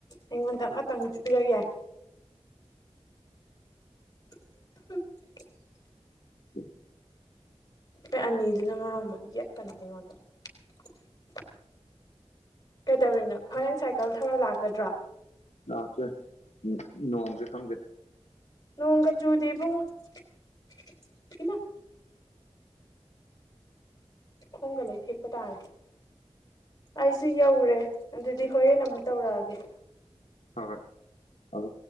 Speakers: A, on the left; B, on the left.
A: ꯑꯩꯉꯣꯟꯗ ꯑꯃꯇꯪꯁꯨ ꯄꯤꯔꯛ ꯌꯥꯏ <unintelligible> <inaudible>
B: <inaudible>
A: ꯑꯈ‌ꯣꯏ ꯑꯅꯤꯗꯨꯅ ꯃꯔ‌ꯣꯟ ꯑꯃ ꯌ‌ꯦꯠꯀꯟꯗ‌ꯣꯏꯟ ꯑꯩꯉ‌ꯣꯟꯗ ꯀꯩꯗꯧꯔꯤꯅꯣ ꯍꯣꯔꯦꯟ ꯁꯥꯏꯀꯜ ꯊꯧꯔ ꯂꯥꯛꯀꯗ꯭ꯔꯥ
B: ꯂꯥꯛꯇ‌ꯣꯏꯅ ꯅ‌ꯣꯡꯖ‌ꯦ ꯈꯪꯒꯦ
A: ꯅ‌ꯣꯡꯒ ꯆꯨꯗ‌ꯦ ꯏꯕꯨꯡꯉ‌ꯣ ꯈꯣꯡꯒ ꯂꯩꯊꯦꯛꯄ ꯇꯥꯔꯦ ꯑꯩꯁꯨ ꯌꯧꯔꯦ ꯑꯗꯨꯗꯤ ꯍꯣꯔꯦꯟ ꯑꯃꯨꯛ ꯇꯧꯔꯛꯑꯒꯦ
B: ꯍꯣꯏ ꯍꯣꯏ ꯑꯗꯨ